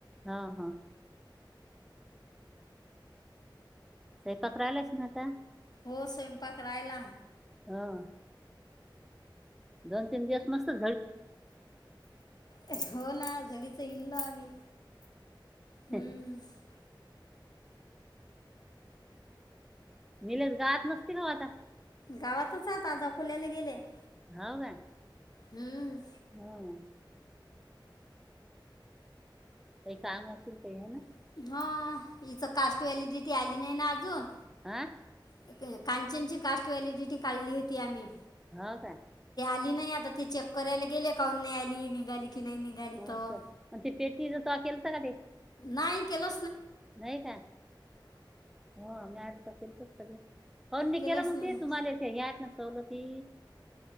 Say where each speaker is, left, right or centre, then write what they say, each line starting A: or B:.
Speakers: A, in the centre; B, on the left.
A: हा हा. स्वयपाक रायलाच ना आता.
B: हो स्वयंपाक रायला.
A: ह. दोन तीन दिवस मस्त
B: हो ना घडीचं हिंडलो आम्ही हम्म
A: <unintelligible> <unintelligible> निलेस गावात नसतील हो आता.
B: गावातच आहेाजा खोल्याला गेले <inaudible>
A: हो का <inaudible>
B: <inaudible> हम्म
A: <inaudible> होम <inaudible> काही काम असेल काही ह ना
B: <inaudible> हा हिच कास्ट व्हॅलिडिटी आली नाही ना अजून
A: आह <inaudible>
B: <inaudible> कांचनची कास्ट व्हॅलिडिटी काढली होती आम्ही
A: <inaudible> हा काय
B: <inaudible> आली नाही आता ती चेक करायला गेले का नाही आली निघाली की नाही निघाली तर
A: अस म्ह ते पेटी ज त केलता का तेे,
B: नाही केला,
A: नाही <inaudible> का हो मी आड केेलतच त ते, <inaudible> अी
B: केलंच
A: केला मग
B: नाही
A: ते
B: मी.
A: तुम्हाला हे आहेत ना सवलती,